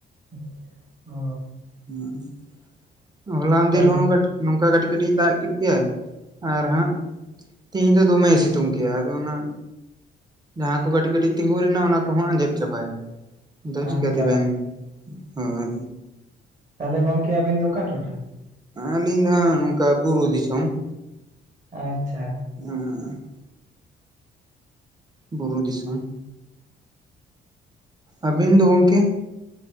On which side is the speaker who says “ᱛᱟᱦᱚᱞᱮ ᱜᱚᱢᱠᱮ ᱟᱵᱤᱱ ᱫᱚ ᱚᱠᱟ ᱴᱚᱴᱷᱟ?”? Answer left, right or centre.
Right